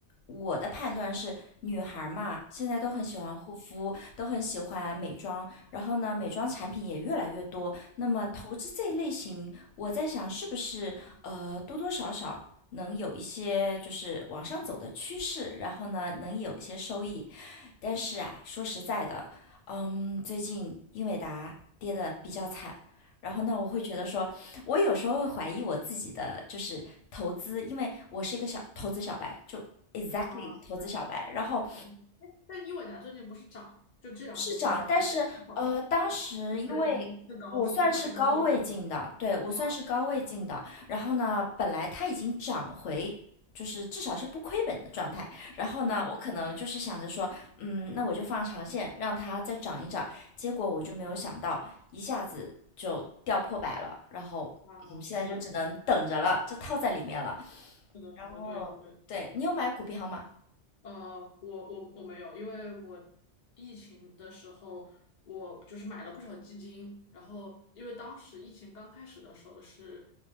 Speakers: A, on the left; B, on the left.
A: 我的判断是，女孩儿嘛，现在都很喜欢护肤，都很喜欢美妆，然后呢，美妆产品也越来越多。那么投资这一类型，
B: 嗯
A: 我在想是不是呃多多少少能有一些就是往上走的趋势，然后呢能有一些收益。但是啊，说实在的，嗯，最近英伟达跌的比较惨。然后呢，我会觉得说，我有时候会怀疑我自己的就是投资，因为我是一个小投资小白，就 exactly
B: 啊，明白明白。
A: 投资小白。然后
B: 嗯哼但英伟达最近不是涨了就这两个都不是涨了，
A: 是涨，但是呃，
B: 还挺好，
A: 当时因为
B: 这个更更高是吧？
A: 我算是高位进的，
B: 应该高点
A: 对，我算是高位进的。
B: 啊。
A: 然后呢，本来它已经涨回，就是至少是不亏本的状态。然后呢，
B: 嗯
A: 我可能就是想着说，嗯，那我就放长线，让它再涨一涨。结果我就没有想到，一下子就掉破百了。然后，
B: 啊，
A: 嗯，现在就只能等着了，
B: 是的，
A: 就套在里面了。
B: 是的，
A: 然后，
B: 是的，对对对。
A: 对，你有买股票吗？
B: 呃，我我我没有，因为我疫情的时候，我就是买了不少基金，然后因为当时疫情刚开始的时候是，